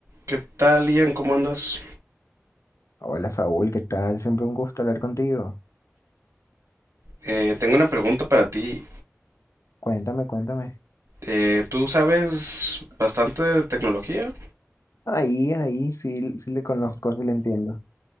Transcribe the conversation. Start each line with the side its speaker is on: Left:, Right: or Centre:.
Right: ¿Qué tal, Ian? ¿Cómo andas?
Left: Hola Saúl, ¿qué tal? Siempre un gusto hablar contigo.
Right: Eh, tengo una pregunta para ti.
Left: Cuéntame, cuéntame.
Right: Eh, ¿tú sabes bastante de tecnología?
Left: Ahí, ahí, sí, sí le conozco, sí le entiendo.